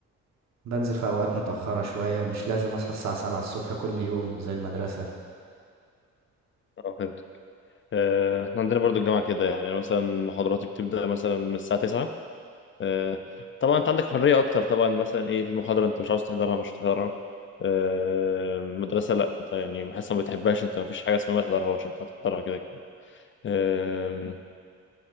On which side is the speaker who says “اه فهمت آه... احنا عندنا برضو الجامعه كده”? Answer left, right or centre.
Left